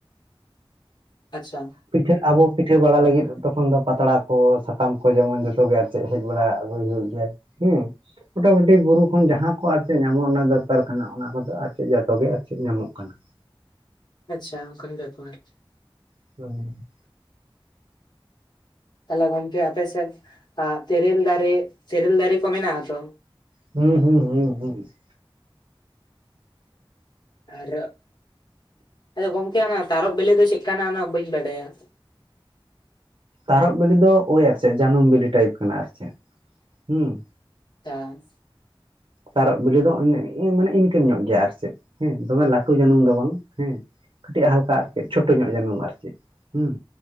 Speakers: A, on the left (about 50°); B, on the right (about 60°).
A: ᱟᱪᱪᱷᱟ ᱾
B: ᱯᱤᱴᱷᱟᱹ ᱟᱵᱚ ᱯᱤᱴᱷᱟᱹ ᱵᱟᱲᱟ ᱞᱟᱹᱜᱤᱫ ᱛᱚᱠᱷᱚᱱ ᱫᱚ ᱯᱟᱛᱲᱟ ᱠᱚ ᱥᱟᱠᱟᱢ ᱠᱚ ᱡᱮᱢᱚᱱ ᱡᱚᱛᱚ ᱜᱮ ᱟᱨ ᱪᱮᱫ ᱦᱮᱡ ᱵᱟᱲᱟ ᱟᱹᱜᱩᱭ ᱦᱩᱭᱩᱜ ᱜᱮᱭᱟ ᱾ ᱦᱩᱸ ᱾ ᱢᱚᱴᱟᱢᱩᱴᱤ ᱵᱩᱨᱩ ᱠᱷᱚᱱ ᱡᱟᱦᱟᱸ ᱠᱚ ᱟᱨ ᱪᱮᱫ ᱧᱟᱢᱚᱜ ᱨᱮᱱᱟᱜ ᱫᱚᱨᱠᱟᱨ ᱠᱟᱱᱟ ᱚᱱᱟ ᱠᱚᱫᱚ ᱟᱨ ᱪᱮᱫ ᱡᱚᱛᱚ ᱜᱮ ᱟᱨ ᱪᱮᱫ ᱧᱟᱢᱚᱜ ᱠᱟᱱᱟ ᱾
A: ᱟᱪᱪᱷᱟ ᱚᱱᱠᱟᱱ ᱜᱮ <unintelligible> ᱯᱟᱞᱮᱫ ᱾
B: <unintelligible>
A: ᱛᱟᱦᱚᱞᱮ ᱜᱚᱝᱠᱮ ᱟᱯᱮ ᱥᱮᱫ ᱛᱮᱨᱮᱞ ᱫᱟᱨᱮ, ᱛᱮᱨᱮᱞ ᱫᱟᱨᱮ ᱠᱚ ᱢᱮᱱᱟᱜ-ᱟ ᱛᱚ?
B: ᱦᱩᱸ ᱦᱩᱸ ᱦᱩᱸ ᱦᱩᱸ ᱾
A: ᱟᱨ ᱟᱫᱚ ᱜᱚᱝᱠᱮ ᱚᱱᱟ ᱛᱟᱨᱚᱵ ᱵᱤᱞᱤ ᱫᱚ ᱪᱮᱫ ᱠᱟᱱᱟ? ᱚᱱᱟ ᱵᱟᱹᱧ ᱵᱟᱰᱟᱭᱟ ᱾
B: ᱛᱟᱨᱚᱵ ᱵᱤᱞᱤ ᱫᱚ ᱳᱭ ᱟᱨ ᱪᱮᱫ ᱡᱟᱹᱱᱩᱢ ᱵᱤᱞᱤ ᱴᱟᱭᱤᱯ ᱠᱟᱱᱟ ᱟᱨ ᱪᱮᱫ ᱦᱩᱸ ᱾
A: ᱛᱟ
B: ᱛᱟᱨᱚᱵ ᱵᱤᱞᱤ ᱫᱚ ᱢᱟᱱᱮ ᱤᱱᱠᱟᱹᱱ ᱧᱚᱜ ᱜᱮᱭᱟ ᱟᱨ ᱪᱮᱫ ᱦᱮᱸ ᱫᱚᱢᱮ ᱞᱟᱹᱴᱩ ᱡᱟᱹᱱᱩᱢ ᱫᱚ ᱵᱟᱝ ᱦᱮᱸ᱾ ᱠᱟᱹᱴᱤᱡ ᱦᱟᱞᱠᱟ ᱟᱨ ᱠᱤ ᱪᱷᱳᱴᱳ ᱧᱚᱜ ᱡᱟᱹᱱᱩᱢ ᱟᱨ ᱪᱮᱫ ᱦᱩᱸ᱾